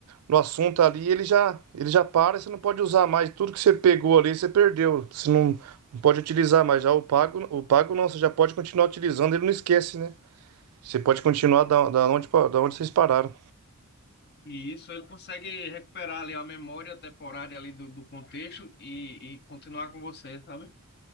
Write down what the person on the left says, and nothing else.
E isso ele consegue recuperar ali a memória temporária ali do, do contexto e, e continuar com você, sabe?